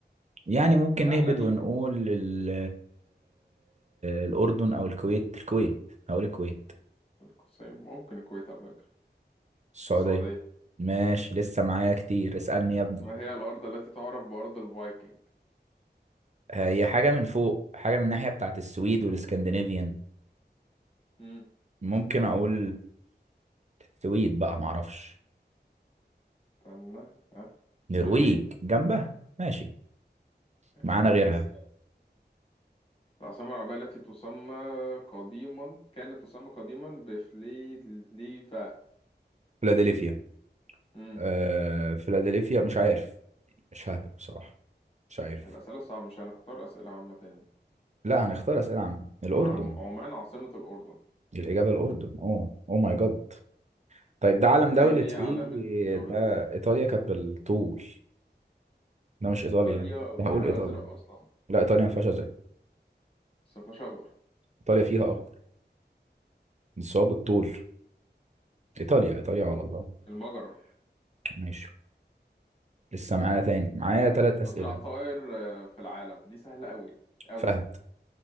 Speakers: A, on the right; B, on the left.
A: يعني ممكن
B: سهلة
A: نهبد
B: دي
A: ونقول ال- الأردن أو الكويت الكويت هقول الكويت
B: القصيم ممكن الكويت على فكرة
A: السعودية
B: السعودية
A: ماشي لسه معايا كتير اسألني يا ابني
B: ما هي الأرض التي تعرف بأرض الفايكنج
A: آه، هي حاجة من فوق حاجة من الناحية بتاعت السويد والاسكندنافيان
B: مم.
A: ممكن أقول السويد بقى معرفش
B: استنى ها
A: نرويج
B: نرويج
A: جنبها ماشي
B: آه.
A: معانا غيرها
B: لسه العاصمة العربية التي تسمى قديما كانت تسمى قديما بفليفا
A: فيلادلفيا
B: مم.
A: آه فيلادلفيا مش عارف مش ههبط بصراحة مش عارف
B: الأسئلة صعبة مش هنختار أسئلة عامة تاني
A: لا هنختار أسئلة عامة الأردن
B: عم... عمان عاصمة الأردن
A: الإجابة الأردن أوه أوه ماي جاد طيب ده علم
B: إيه
A: دولة
B: هي علامة
A: إيه
B: الدولة
A: ده
B: دي؟
A: إيطاليا كانت بالطول ده مش إيطاليا
B: إيطاليا
A: ده هقول
B: فيها
A: إيطاليا
B: أزرق أصلا
A: لا إيطاليا ما فيهاش أزرق
B: بس مفيهاش أخضر
A: إيطاليا فيها أخضر بس هو بالطول إيطاليا إيطاليا على الله
B: المجر
A: ماشي لسه معانا تاني معايا تلات أسئلة
B: أسرع طائر آه، في العالم دي سهلة أوي أوي
A: فهد